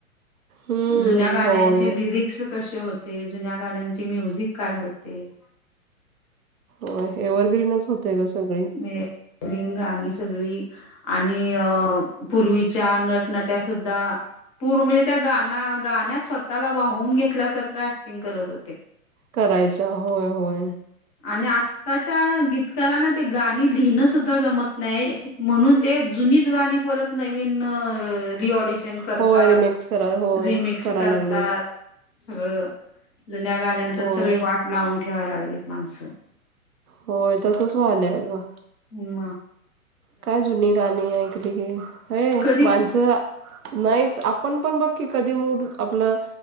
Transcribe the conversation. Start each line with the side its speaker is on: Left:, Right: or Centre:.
Right: हम्म
Left: जुन्या गाण्याचे
Right: होय
Left: लिरिक्स कसे होते, जुन्या गाण्यांचे म्युझिक काय होते.
Right: होय एवरग्रीनच होतय ग सगळं.
Left: <unintelligible> रीग गाणी सगळी आणि, अ पूर्वीच्या नटनट्यासुद्धा पुर म्हणजे त्या गाणा गाण्यात स्वतःला वाहून घेतल्यासारखं ऍक्टिंग करत होते.
Right: करायच्या, होय होय.
Left: आणि आत्ताच्या गीतकारांना ते गाणी लिहिणं सुद्धा जमत नाही. म्हणून ते जुनीच गाणी परत नवीन रि ऑडिशन करतात,
Right: होय रिमेक्स करा होय
Left: रिमिक्स
Right: करायला
Left: करतात.
Right: लागलेत
Left: सगळं, जुन्या गाण्यांच
Right: होय
Left: सगळी वाट लावून ठेवायला लागलीत माणसं.
Right: होय, तसंच व्हालंय अगं.
Left: उमा
Right: काय जुनी गाणी ऐकली की, अय
Left: कधी
Right: माणसं नाहीच आप आपण पण बघ की, कधी मूड आपलं